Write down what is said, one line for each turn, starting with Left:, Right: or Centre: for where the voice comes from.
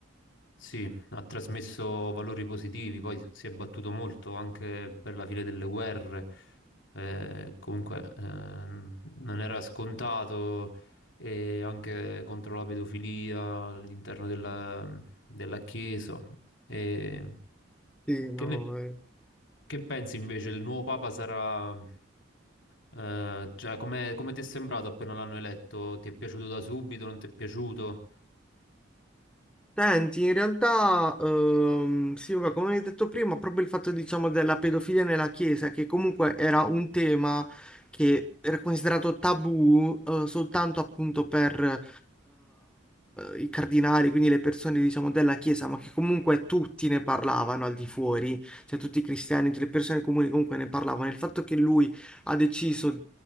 Left: Sì, ha trasmesso valori positivi, poi si è battuto molto anche per la fine delle guerre. Eh, comunque, ehm, non era scontato e anche contro la pedofilia all'interno della, della Chiesa. E
Centre: Sì, no,
Left: che ne-
Centre: eh.
Left: che pensi invece? Il nuovo Papa sarà... eh, cioè, come come ti è sembrato appena l'hanno eletto? Ti è piaciuto da subito? Non ti è piaciuto?
Centre: Senti, in realtà, ehm, sì, vabbè, come hai detto prima, proprio il fatto, diciamo, della pedofilia nella Chiesa, che comunque era un tema che era considerato tabù, eh, soltanto appunto per, eh, i cardinali, quindi le persone, diciamo, della Chiesa, ma che comunque tutti ne parlavano al di fuori, cioè tutti i cristiani, tutte le persone comuni comunque ne parlavano. Il fatto che lui ha deciso